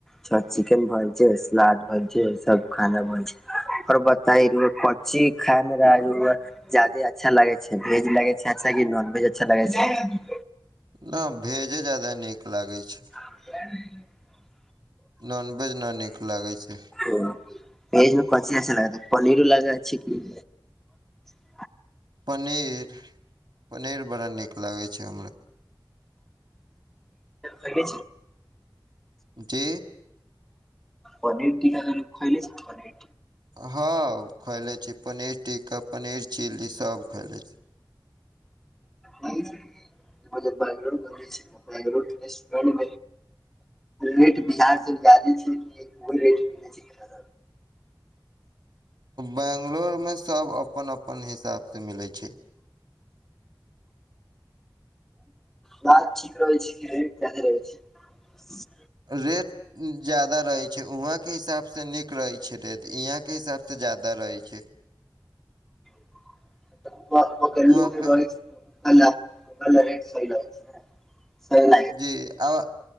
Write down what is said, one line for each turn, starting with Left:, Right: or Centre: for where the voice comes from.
Centre: छै चिकेन भइ छै सलाद भए छै सभ खाना भइ छै फर बता रह पची खायमे रहलू जादे अच्छा लगे छै वेज लगे छै अच्छा क नॉन वेज अच्छा लगे छै।
Right: नहि वेजे जदा नीक लागैत छै।
Centre: ह।
Right: नॉन वेज नहि नीक लागैत छै।
Centre: ओ वेज मे कथी अस लगा पनीरो लगा छै कि ब।
Right: पनीर पनीर बड़ा नीक लागै छै हमरा।
Centre: फने।
Right: कि
Centre: पनीर तिक्का लोक खएइै पनीर
Right: ह खैले छी पनीर टिक्का पनीर चिली सभ खैले छी
Centre: बरोड मिर छै बोड। रेट बिहार से जादे छै कोन रेट मिल छै।
Right: बैंगलोर मे सभ अपन अपन हिसाबसँ मिलैत छै
Centre: बात ठीक रहै छै कि रेट जादे रहै छै। ह।
Right: रेट जदा रहे छै वहा के हिसाब से नीक रहै छै रे यहाँ के हिसाब से जादा रहै छै।
Centre: जे रहै
Right: वहाँ
Centre: छै
Right: पे
Centre: रे सलै <unintelligible>
Right: जी आब।